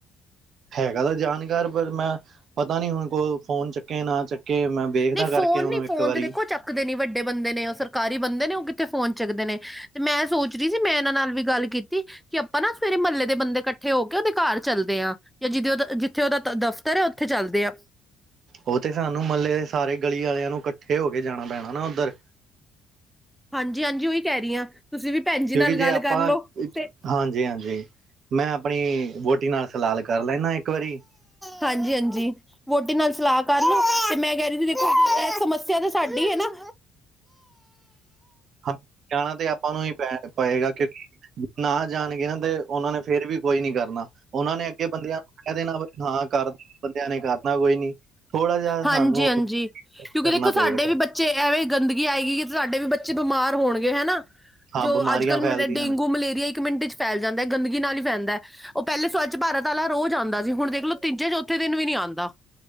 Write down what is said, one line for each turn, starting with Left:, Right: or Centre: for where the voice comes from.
Right: ਹੈਗਾ ਤਾਂ ਜਾਣਕਾਰ ਪਰ ਮੈਂ ਪਤਾ ਨੀ ਹੁਣ ਫੋਨ ਫੋਨ ਚੱਕੇ ਨਾ ਚੱਕੇ। ਮੈਂ ਵੇਖਦਾ
Centre: ਨਹੀਂ ਫੋਨ
Right: ਕਰਕੇ ਉਹਨੂੰ
Centre: ਨਹੀਂ
Right: ਇੱਕ
Centre: ਫੋਨ
Right: ਵਾਰੀ।
Centre: ਤੇ ਦੇਖੋ ਚੱਕਦੇ ਨਹੀਂ ਵੱਡੇ ਬੰਦੇ ਨੇ ਉਹ ਸਰਕਾਰੀ ਬੰਦੇ ਨੇ ਉਹ ਕਿੱਥੇ ਫੋਨ ਚੁੱਕਦੇ ਨੇ ਤੇ ਮੈਂ ਸੋਚ ਰਹੀ ਸੀ। ਮੈਂ ਇਹਨਾਂ ਨਾਲ ਵੀ ਗੱਲ ਕੀਤੀ। ਕੀਤੀ ਕਿ ਆਪਾਂ ਨਾ ਸਵੇਰੇ ਮਹੱਲੇ ਦੇ ਬੰਦੇ ਇੱਕ ਠੇ ਹੋ ਕੇ ਉਹਦੇ ਘਰ ਚੱਲਦੇ ਆ ਜਾਂ ਜਿਦ ਉਹ ਜਿੱਥੇ ਓਦਾ ਦਫ਼ਤਰ ਆ ਉੱਥੇ ਚੱਲਦੇ ਆ।
Right: ਉਹ ਤੇ ਸਾਨੂੰ ਮਹੱਲੇ ਦੇ ਸਾਰੇ ਗਲੀ ਵਾਲਿਆਂ ਨੂੰ ਇਕੱਠੇ ਹੋ ਕੇ ਜਾਣਾ ਪੈਣਾ ਨਾ ਉੱਧਰ।
Centre: ਹਾਂਜੀ ਹਾਂਜੀ, ਉਹੀ ਕਹਿ ਰਹੀ ਹਾਂ ਤੁਸੀਂ ਵੀ। ਭੈਣ ਜੀ
Right: ਕਿਉਂਕਿ
Centre: ਨਾਲ
Right: ਜੇ
Centre: ਗੱਲ
Right: ਆਪਾਂ
Centre: ਕਰ ਲਓ ਤੇ
Right: ਹਾਂਜੀ ਹਾਂਜੀ। ਮੈਂ ਆਪਣੀ ਵਹੁਟੀ ਨਾਲ ਸਲਾਹ ਕਰ ਲੈਣਾ ਇੱਕ ਵਾਰੀ।
Centre: ਹਾਂਜੀ-ਹਾਂਜੀ, ਵਹੁਟੀ ਨਾਲ ਸਲਾਹ ਕਰ ਲੋ ਤੇ ਮੈਂ ਕਹਿ ਰਹੀ ਸੀ। ਸਮੱਸਿਆ ਤਾਂ ਸਾਡੀ ਐ ਨਾ।
Right: ਹਾਂ, ਜਾਣਾ ਤੇ ਆਪਾਂ ਨੂੰ ਹੀ ਪੈ ਪਏਗਾ ਕਿਉਂਕਿ। ਨਾ ਜਾਣਗੇ ਨਾ ਤੇ ਉਹਨਾਂ ਨੇ ਫੇਰ ਵੀ ਕੁਝ ਨੀ ਕਰਨਾ ਉਹਨਾਂ ਨੇ। ਕਿ ਬੰਦਿਆਂ ਨੂੰ ਕਹਿ ਦੇਣਾ ਬਈ ਹਾਂ ਕਰ ਬੰਦਿਆਂ ਨੇ ਕਰਨਾ ਕੋਈ ਨੀ। ਥੋੜਾ ਜਿਹਾ
Centre: ਹਾਂਜੀ
Right: ਸਾਨੂੰ
Centre: ਹਾਂਜੀ,
Right: ਕਰਨਾ
Centre: ਕਿਉਂਕਿ ਦੇਖੋ ਸਾਡੇ
Right: ਪਏਗਾ
Centre: ਵੀ ਬੱਚੇ ਐਵੇਂ ਗੰਦਗੀ ਆਏਗੀ, ਸਾਡੇ ਵੀ ਬੱਚੇ ਬਿਮਾਰ ਹੋਣਗੇ ਹਨਾ।
Right: ਹਾਂ
Centre: ਜੋ
Right: ਬਿਮਾਰੀਆਂ
Centre: ਅੱਜ ਕੱਲ੍ਹ
Right: ਫੈਲਦੀਆਂ
Centre: ਮ ਡੇਂਗੂ
Right: ਨੇ
Centre: ਮਲੇਰੀਆ ਇੱਕ ਮਿੰਟ ਵਿੱਚ ਫੈਲ ਜਾਂਦਾ ਗੰਦਗੀ ਨਾਲ ਹੀ ਫੈਲਦਾ। ਉਹ ਪਹਿਲੇ ਸਵੱਛ ਭਾਰਤ ਵਾਲਾ ਰੋਜ਼ ਆਂਦਾ ਸੀ ਹੁਣ ਦੇਖ ਲਓ ਤੀਜੇ ਚੌਥੇ ਦਿਨ ਵੀ ਨੀ ਆਂਦਾ